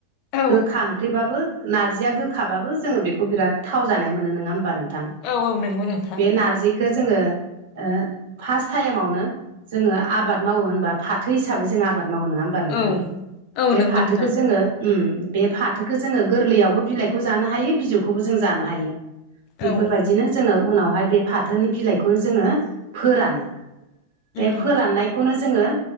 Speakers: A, on the left; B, on the right.
A: औ
B: गोखा ओंख्रिबाबो नारजिया गोखाबाबो जोंङो बेखौ बिराद गोथाव जानाय मोनो नंङा होमबा नोंथां?
A: औ औ नंगौ नोंथां।
B: बे नारजिखो जोंङो ओ फार्स्ट टाइमावनो जोंङो आबाद मावो होनबा फाथो हिसाबै जों आबाद मावो नंङा होमबा? होमबा नोंथां
A: औ औ
B: बे
A: नंगौ
B: फाथोखो
A: नोंथां
B: जोंङो उम बे फाथोखो जोंङो गोरलैयावबो बिलाइखौ जानो हायो बिजौखौबो जों जानो हायो। बेफोरबायदिनो
A: औ उम
B: जोंङो उनावहाय बे फाथोनि बिलाइखौनो जोंङो फोरानो। बे
A: उम
B: फोराननाय खौनो जोंङो